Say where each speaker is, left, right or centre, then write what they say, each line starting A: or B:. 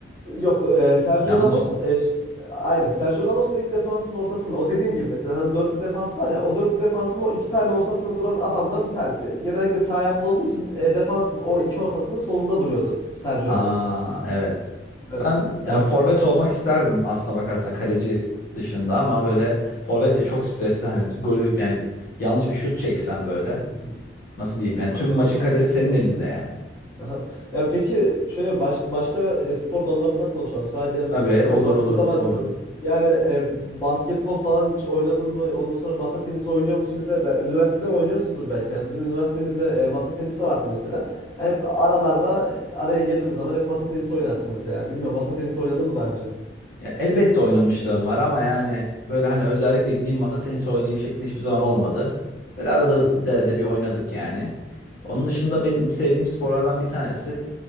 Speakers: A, on the left; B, on the left.
A: Yok e, Sergio
B: Yanlış
A: Ramos
B: mı?
A: e, ş- aynen Sergio Ramos da ilk defansın ortasında o dediğim gibi mesela hani dörtlü defans var ya o dörtlü defansın o iki tane ortasında duran adamdan bir tanesi. Genellikle sağ ayaklı olduğu için e, defansın o iki ortasının solunda duruyordu Sergio
B: Ha
A: Ramos da.
B: evet.
A: Böyle.
B: Ben
A: Ya
B: yani forvet olmak isterdim aslına bakarsan kaleci dışında ama böyle forvet de çok stresli hani golü yani yanlış bir şut çeksen böyle
A: Hı hı,
B: nasıl diyeyim yani
A: anladım.
B: tüm maçın kaderi senin elinde yani.
A: Aha. Ya peki şöyle başka başka e, spor dallarından konuşalım. Sadece yani
B: Tabii
A: futbol
B: olur
A: yok. Baktığın
B: olur
A: zaman
B: olur.
A: Yani e, basketbol falan hiç oynadın mı? Ondan sonra masa tenisi oynuyor musun? Mesela ben, üniversitede oynuyorsundur belki. Yani bizim üniversitemizde e, masa tenisi vardı mesela. Yani hep aralarda e, araya girdiğimiz zaman hep masa tenisi oynardık mesela. Yani Bilmiyorum masa tenisi oynadın mı daha önce?
B: Ya elbette oynamışlığım var ama yani böyle hani özellikle gideyim masa tenisi oynayayım şeklinde hiçbir zaman olmadı. Böyle arada
A: Hmm.
B: de, de bir oynadık yani. Onun
A: Ya.
B: dışında benim sevdiğim sporlardan bir tanesi